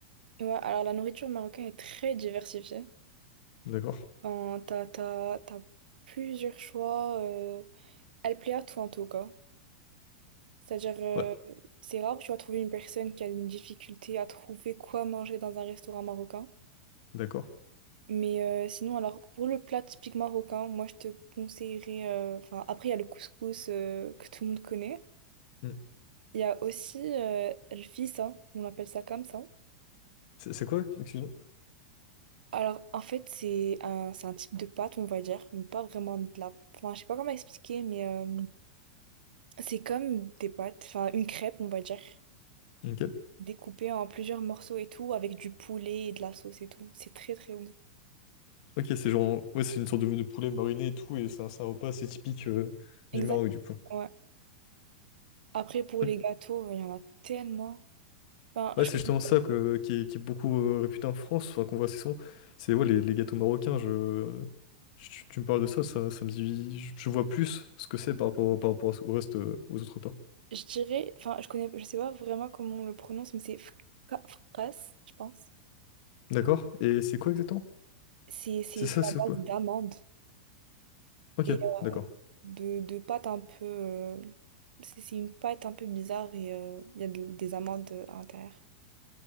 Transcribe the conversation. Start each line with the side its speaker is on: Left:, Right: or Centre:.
Right: Ouais, alors la nourriture marocaine est très diversifiée.
Left: D'accord?
Right: Euh, t'as, t'as- t'as plusieurs choix. euh, Elle plaît à tout en tout cas. C'est-à-dire, euh,
Left: Ouais,
Right: c'est rare que tu vas trouver une personne qui a une difficulté à trouver quoi manger dans un restaurant marocain.
Left: d'accord.
Right: Mais euh, sinon, alors, pour le plat typique marocain, moi, je te conseillerais... euh, Enfin, après, il y a le couscous euh, que tout le monde connaît.
Left: Hmm.
Right: Il y a aussi euh, le fissa, on appelle ça comme ça.
Left: C'est c'est quoi? Excuse-moi.
Right: Alors, en fait, c'est un, c'est un type de pâte, on va dire, mais pas vraiment de la... Enfin, je sais pas comment expliquer, mais euh, c'est comme des pâtes, enfin, une crêpe, on va dire.
Left: Ok.
Right: découpé en plusieurs morceaux et tout, avec du poulet et de la sauce et tout. C'est très très bon.
Left: Ok, c'est genre, ouais, c'est une sorte de, de poulet mariné et tout, et c'est un, c'est un repas assez typique euh, du
Right: Exact,
Left: Maroc, du coup.
Right: ouais. Après, pour
Left: Ok.
Right: les gâteaux, il y en a tellement. Enfin,
Left: Ouais,
Right: je
Left: c'est
Right: connais
Left: justement
Right: pas-
Left: ça que- qui est, qui est beaucoup euh, réputé en France, enfin, qu'on voit assez souvent. C'est ouais, les, les gâteaux marocains, je, je- tu me parles de ça, ça, ça me dit, je, je vois plus ce que c'est par rapport, par rapport au reste, euh, aux autres repas.
Right: je dirais, enfin, je connais, je sais pas vraiment comment on le prononce, mais c'est fka- fkas, je pense.
Left: D'accord? Et c'est quoi exactement?
Right: C'est c'est
Left: C'est ça,
Right: fait
Left: ce
Right: à
Left: plat?
Right: base d'amandes
Left: Ok,
Right: et euh,
Left: d'accord.
Right: de, de pâte un peu. euh, c'est c'est une pâte un peu bizarre et euh, il y a de- des amandes euh, à l'intérieur.